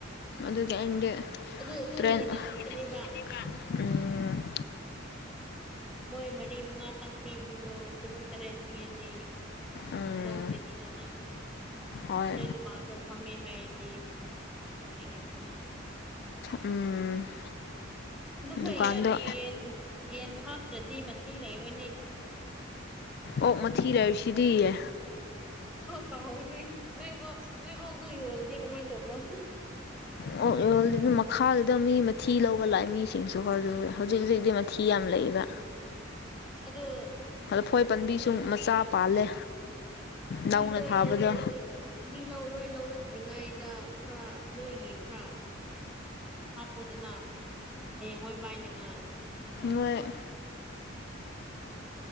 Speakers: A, on the left (about 55°); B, in the centre.
A: ꯑꯗꯨꯒꯤ
B: ꯎꯝ
A: ꯑꯩꯅꯗꯤ
B: ꯑꯗꯨ ꯑꯗꯨꯅ
A: ꯇ꯭ꯔꯦꯟ
B: ꯍꯦꯟꯅ ꯁꯤꯠꯀꯅꯦꯕ
A: <unintelligible> ꯎꯝ
B: ꯃꯣꯏ ꯃꯔꯤ ꯃꯉꯥ ꯇꯪ ꯄꯤꯕꯗꯣ ꯇꯔꯨꯛ ꯇꯔꯦꯠ ꯄꯤꯌꯗꯤ
A: ꯎꯝ
B: ꯇꯤꯂꯧꯖ‌ꯦ ꯄꯤꯗꯅ
A: ꯍꯣꯏ
B: ꯅꯣꯏ ꯗꯨꯀꯥꯟ ꯆꯠ ꯐꯝꯃꯦ ꯍꯥꯏꯔꯗꯤ ꯌꯥꯏꯗꯅ
A: ꯎꯝ
B: ꯑꯗꯨꯁꯨ
A: ꯗꯨꯀꯥꯟꯗ
B: ꯌꯦꯟ ꯌꯦꯟ ꯌꯦꯟ ꯍꯥꯞꯇ꯭ꯔꯗꯤ ꯃꯊꯤ ꯂꯩꯔꯣꯏꯅꯦ
A: ꯑꯣꯛ ꯃꯊꯤ ꯂꯩꯁꯤꯗꯤ ꯌꯦ
B: ꯀꯥꯎꯋꯤꯅꯦ ꯅꯣꯏ ꯑ‌ꯣꯛꯁ ꯅꯣꯏ ꯑ‌ꯣꯛꯗ‌ꯣ ꯌꯣꯜꯂꯗꯤ ꯀꯃꯥꯏꯟ ꯇꯧꯕ
A: ꯑꯣꯛ ꯌ‌ꯣꯜꯂꯤ‌ ꯃꯈꯨꯗ ꯃꯤ ꯃꯊꯤ ꯂꯧꯕ ꯂꯥꯛꯑꯦ ꯃꯤꯁꯤꯡꯁꯨꯕ <unintelligible> ꯍꯧꯖꯤꯛ ꯍꯨꯖꯤꯛꯇꯤ ꯊꯤ ꯌꯥꯝ ꯂꯩꯕ
B: ꯑꯗꯨ
A: ꯐꯣꯏ ꯄꯟꯕꯤꯁꯨ ꯃꯆꯥ ꯄꯥꯜꯂꯦ
B: ꯃꯤ
A: ꯅꯧꯅ
B: ꯂꯣꯏ
A: ꯊꯥꯕꯗꯣ
B: ꯂꯧꯗ ꯂꯤꯡ ꯃꯤ ꯂꯧ ꯂꯣꯏ ꯂꯧꯅꯗ꯭ꯔꯤꯉꯩꯗ ꯈꯔ ꯅꯣꯏꯒꯤ ꯈꯔ ꯍꯥꯞꯄ‌ꯣꯗꯅ ꯍꯌꯦꯡꯋꯥꯏ ꯄꯥꯏꯅꯤꯉꯥꯏ
A: ꯃ‌ꯣꯏ